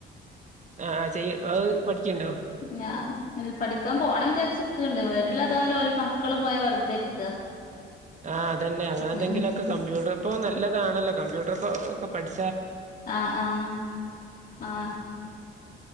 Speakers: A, on the right (about 35°); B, on the left (about 45°).
A: ആഹ് ചെയ്യ് അഹ് പഠിക്ക്യ്ണ്ടോ
B: ഞാ പഠിക്കാ പോആണെ വിചാരിച്ച്ക്ക്ണ്ട് വീട്ട്ല് ഏതാലോല് മക്കള് പോയാ വെറ്തെ ഇരിക്ക
A: ആഹ് അതന്നെ അങ്ങനെ എന്തെങ്കിലൊക്കെ
B: ഉം
A: കമ്പ്യൂട്ടർ ഇപ്പൊ നല്ലതാണല്ലോ കമ്പ്യൂട്ടർ ഒക്കെ പഠിച്ച്
B: ആഹ് ആഹ് ആഹ്